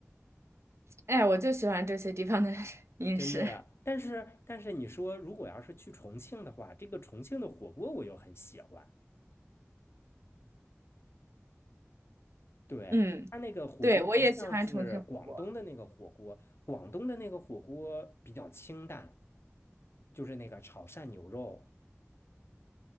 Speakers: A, on the right; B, on the left.
A: 哎，我就喜欢这些地方的 <laughs> 饮食。
B: 真的呀。但是但是你说如果要是去重庆的话，这个重庆的火锅我又很喜欢，对。
A: 嗯，
B: 它那个火锅不像是广东的那个火锅，
A: 对，我也喜欢重庆火锅。
B: 广东的那个火锅比较清淡，就是那个炒汕牛肉。